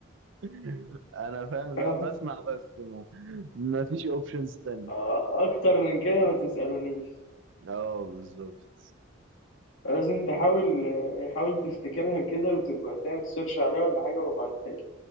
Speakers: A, on the right; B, on the left.
A: <laughs> انا فاهم
B: <laughs>
A: لو بسمع بس ما, ما فيش اوبشنز تانية
B: آه، اكتر من كده ما تسألونيش
A: اه بالظبط
B: لازم تحاول حاول تفتكرها كده وتبقى تعمل سيرش عليها ولا حاجة وابعتها